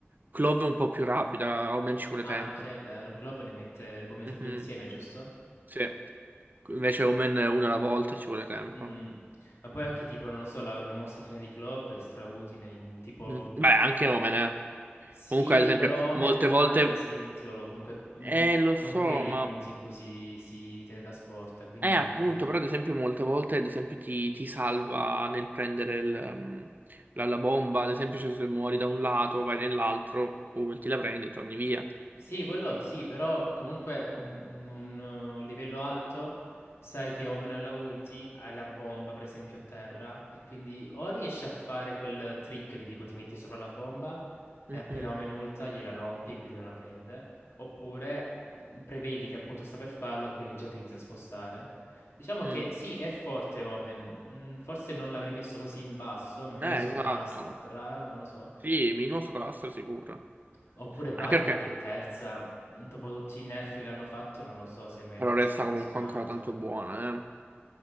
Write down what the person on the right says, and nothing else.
Clove è un po' più rapida, Omen ci vuole tempo.
Mhm,
Sì. Invece Omen è una alla volta e ci vuole tempo.
Mhm. Beh, anche Omen, eh.
Comunque, ad esempio,
molte
volte...
Eh, lo
so,
ma...
Eh, appunto,
però ad esempio molte volte, ad esempio, ti, ti salva nel prendere il, ehm, la, la bomba. Ad esempio, cioè, se muori da un lato, vai nell'altro, ulti la prendi e torni via.
Mhm,
mm.
Eh,
esatto.
Sì, minimo sopra la sicuro.
Anche perché
però
resta
comunque
ancora tanto buona, eh.